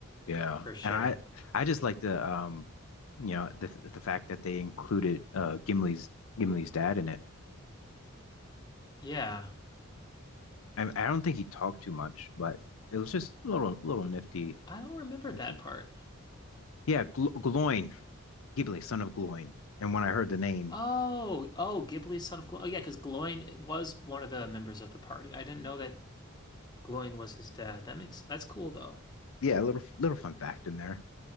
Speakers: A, on the left (about 70°); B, on the left (about 20°).
A: Yeah.
B: for sure.
A: And I I just like the um you know the the fact that they included uh Gimli's Gimli's dad in it.
B: Yeah,
A: I I don't think he talked too much, but it was just a little little nifty
B: I don't remember
A: everything.
B: that part.
A: Yeah, Gl Gloin, Gimli, son of Gloin. And when I heard the name,
B: Oh, oh, Ghibli's son of Gloin. Oh, yeah, because Gloin was one of the members of the party. I didn't know that Gloin was his dad. That makes that's cool though.
A: yeah, a little little fun fact in there.